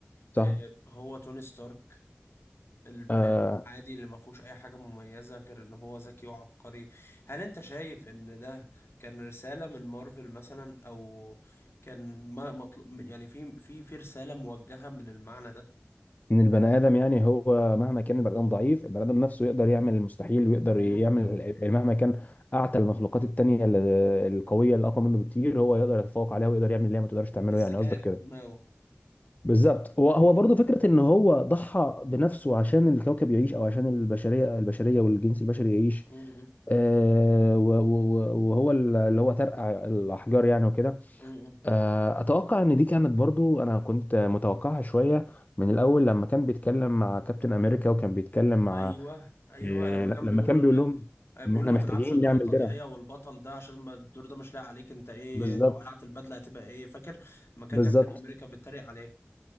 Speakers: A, on the left; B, on the left.
A: صح
B: آه، هو توني ستارك البني
A: آه،
B: آدم عادي اللي ما فيهوش أي حاجة مميزة غير إن هو ذكي وعبقري هل أنت شايف إن ده كان رسالة من مارفل مثلا أو كان ما مطلوب يعني في في في رسالة موجهة من المعنى ده
A: ان البني ادم يعني هو مهما كان البني ادم ضعيف البني ادم نفسه يقدر يعمل المستحيل ويقدر
B: مم.
A: يعمل ال- مهما كان اعتى المخلوقات التانيه ال- القويه اللي اقوى منه بكتير هو يقدر يتفوق عليها ويقدر يعمل اللي هي ما تقدرش تعمله
B: بالذكاء
A: يعني قصدك كده
B: بدماغه
A: بالظبط هو هو
B: مم.
A: برضه فكره ان هو ضحى بنفسه عشان الكوكب يعيش او عشان البشريه البشريه والجنس البشري يعيش
B: مم.
A: آه و- و- و- وهو ال- اللي هو ترقع الاحجار يعني وكده
B: مم.
A: آه اتوقع ان دي كانت برضه انا كنت متوقعها شويه من الاول لما كان بيتكلم مع كابتن امريكا وكان بيتكلم مع
B: ايوه ايوه
A: آه
B: لما
A: لا،
B: كان
A: لما
B: بيقول
A: كان
B: له ان
A: بيقول لهم ان
B: بيقولوا
A: احنا
B: ما
A: محتاجين
B: تلعبش دور
A: نعمل
B: التضحية
A: درع
B: والبطل ده عشان ما الدور ده مش لاقي عليك انت ايه
A: بالظبط
B: لو قلعت البدلة هتبقى ايه فاكر لما كان
A: بالظبط
B: كابتن امريكا بيتريق عليه